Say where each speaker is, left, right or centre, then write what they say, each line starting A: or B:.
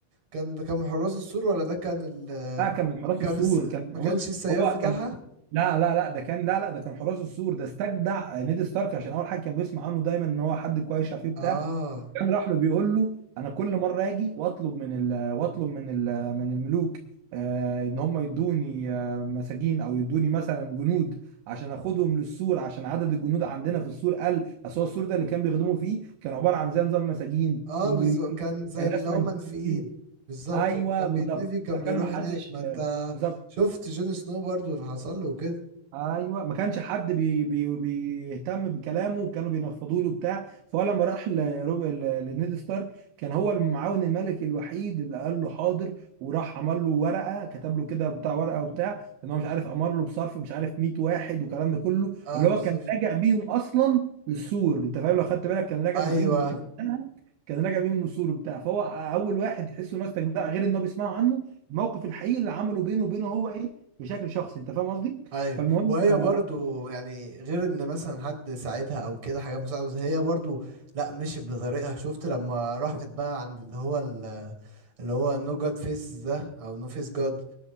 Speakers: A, on the right (about 35°); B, on the right (about 75°).
A: كان ده كان من حراس السور ولا ده كان ال...
B: اه كان من حراس
A: كان
B: السور
A: الس...
B: كان
A: ما كانش
B: بص
A: السياف
B: هو
A: بتاعها
B: كان لا لا لا ده كان لا لا ده كان حراس السور ده استجدع نيد ستارك عشان اول حاجه كان بيسمع عنه دايما ان هو حد كويس عارف إيه بتاع
A: اه
B: كان راح له بيقول له انا كل مره اجي واطلب من ال واطلب من ال من الملوك آه ان هم يدوني آه مساجين او يدوني مثلا جنود عشان اخدهم للسور عشان عدد الجنود عندنا في السور قل اصل هو السور ده اللي كان بيخدموا فيه كان عباره عن زي نظام مساجين
A: اه
B: مجرمين
A: بالظبط كان زي
B: آه، ناس
A: اللي هم
B: منفيين
A: منفيين بالظبط
B: ايوه
A: اللي كان
B: بالظبط
A: بيتنفي كان
B: فكان
A: بيروح
B: ما حدش
A: هناك ما
B: آه،
A: انت
B: بالظبط
A: شفت جون سنو برضو اللي حصل له وكده
B: ايوه ما كانش حد بي بي بيهتم بكلامه وكانوا بينفضوا له بتاع فهو لما راح لروب ل- لنيد ستارك كان هو المعاون الملكي الوحيد اللي قال له حاضر وراح عمل له ورقه كتب له كده بتاع ورقه وبتاع ان هو مش عارف امر له بصرف مش عارف 100 واحد والكلام ده كله
A: اه
B: اللي
A: بالظبط
B: هو كان راجع بيهم اصلا للسور انت فاهم لو خدت بالك كان راجع
A: ايوه
B: من كينجز ليند وقتها، كان راجع بيهم من السور وبتاع فهو اول واحد يحسه الناس تجدع غير ان هو بيسمعوا عنه الموقف الحقيقي اللي عمله بينه وبينه هو ايه بشكل شخصي انت فاهم قصدي؟
A: ايوه
B: فالمهم
A: وهي
B: اه
A: برضو يعني غير ان مثلا حد ساعدها او كده حاجات مساعده هي برضو لا مشيت بطريقها شفت لما راحت بقى عند اللي هو ال- اللي هو نو جاد فيس ده او نو فيس جاد